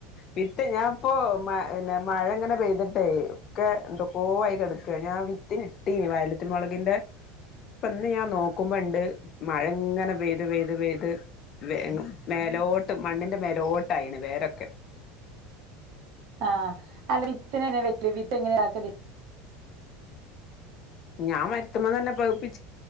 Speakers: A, on the left; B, on the right.
A: വിത്ത് ഞാൻ ഇപ്പോ മ ന്നെ മഴ ങ്ങനെ പെയ്തിട്ടെ ഒക്കെ എന്തൊക്കോ ആയ് കെട് ക്ക ഞാൻ വിത്തിന് ഇട്ടീനി വയല റ്റൽ മൊളക്ന്റെ പ്പ ഇന്ന് ഞാൻ നോക്കുമ്പണ്ട് മഴങ്ങനെ പെയ്ത് പെയ്ത് പെയ്ത് വെ മേലോട്ട് മണ്ണ്ന്റെ മേലോട്ടായ്ണ് വേരൊക്കെ
B: ആഹ് അല്ല വിപ്പങ്ങനെ വെക്കല് വിപ്പ എങ്ങനെ ആക്കല്
A: ഞാൻ മര്ത്ത്മന്നെ പകിപ്പി